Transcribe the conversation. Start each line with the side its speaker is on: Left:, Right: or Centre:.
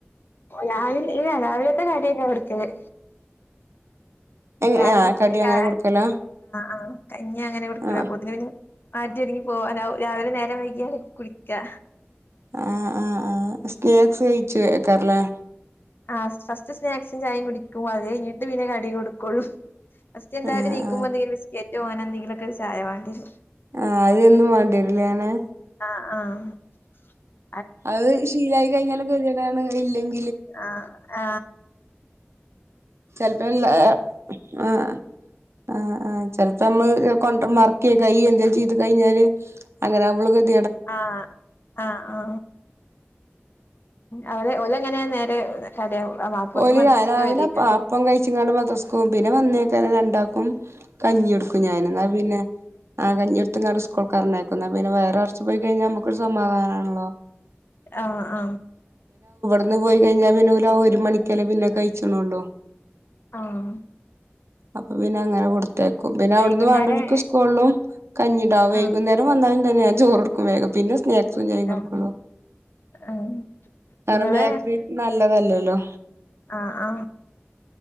Left: രാവിലെ ല്ല രാവിലത്തെ കട്യന്നെ കൊട്ക്ക് കെ
Right: എങ്ങനെ
Left: രാവിലത്തെ
Right: ആഹ് കടി അങ്ങനെ
Left: ആ
Right: കൊടുക്കലാ
Left: ആ് കഞ്ഞ അങ്ങനെ കൊടുക്കല
Right: ആഹ്
Left: അപ്പൊ തിന് പിന്ന ആറ്റി ഒര്ങ്ങി പോവാനാവും രാവിലെ വേറെ വൈകാ കുളിക്ക ക്കാ
Right: ആഹ ആഹ് ആ സ്നാക്സ് കഴിച്ചു എക്കാറലേ
Left: ആ ഫസ്റ്റ് സ്നാക്സും ചായയും കുടിക്കും അത് കഴഞ്ഞീട്ട് പിന്നെ കടി കൊടുക്കുള്ളു ഫസ്റ്റ്ന്തായാലും
Right: ആഹ് ആഹ്
Left: നീക്കുമ്പോ എന്തെങ്കിലും ബിസ്കറ്റ് ഓനെന്തേങ്കിലൊക്കെ ഒരു ചായ വേണ്ടേരും
Right: ആഹ അത്ൊന്നും വേണ്ടിരിലെ നെ
Left: ആഹ
Right: അത് ശീലായി കഴിഞ്ഞാലക്കെ എങ്ങനാണ് ഇതിലെങ്..
Left: അ ആ
Right: ചിലപ്പം എല്ലാ അ അ അ അ ചിലപ്പം നമ്മൾ <unintelligible> <unintelligible> ചീറ്റി കഴിഞ്ഞാല് അങ്ങനെ നമ്മൾ <inaudible>
Left: ആ അ ആ അവര് ഓലങ്ങനെ നേരെ <unintelligible>
Right: ഓന്
Left: മദ്രസ്ട്ട്
Right: രാ രാവിലെ
Left: വരേക്കാരം
Right: അപ്പം ആ അപ്പംകഴിച്ചുംകൊണ്ട് മദ്രസക്ക് പോകും പിന്നെ വന്നേച്ചാണ് രണ്ടപ്.. ഉം കഞ്ഞി എടുക്കും ഞാനെന്നാ പിന്നെ അ കഞ്ഞി എടുത്ത് <unintelligible> പറഞ്ഞേക്കുന്നെ പിന്നെ വയറു നിറച്ചു പോയിക്കഴിഞ്ഞാൽ നമുക്ക് ഒരു സമാധാനം ആണല്ലോ.
Left: ആ അ
Right: ന്ന് പോയി കഴിഞ്ഞാ പിന്നുലാ ഒരു മണി.. ക്കല്ലേ പിന്നെ കഴിച്ചുണുള്ളു.
Left: ആഹ്
Right: <unintelligible> പിന്നങ്ങനെ കൊടുത്തേയ്ക്കും പിന്നവിടുന്ന്
Left: വൈകുന്നേരം
Right: വേണ്ടൊരുക്ക് സ്കൂളിലും കഞ്ഞിണ്ടാവും വൈകുന്നേരം
Left: ആഹ്
Right: വന്ന് കഴി.. <unintelligible> ചോറ് കൊടുക്കും വേഗം പിന്നെ സ്നാക്.. സും ചായയും
Left: ആഹ്
Right: കൊടുക്കുള്ളു
Left: ആഹ്
Right: <unintelligible>
Left: ഇവള്
Right: നല്ല തല്ലല്ലോ.
Left: ആ അ